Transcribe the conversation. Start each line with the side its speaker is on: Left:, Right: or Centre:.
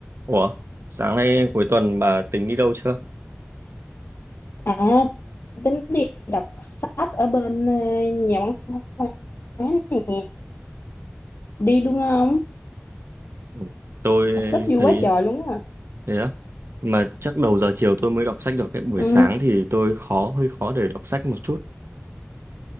Right: Ủa, sáng nay cuối tuần bà tính đi đâu chưa?
Left: À, tính đi đọc sách ở bên ờ, nhà văn hóa nè, đi luôn không?
Right: Ừ. Tôi
Left: Đọc sách vui
Right: thấy
Left: quá trời luôn á.
Right: thế á. Mà chắc đầu giờ chiều tôi mới đọc sách được đấy. Buổi
Left: Ừ.
Right: sáng thì tôi khó, hơi khó để đọc sách một chút.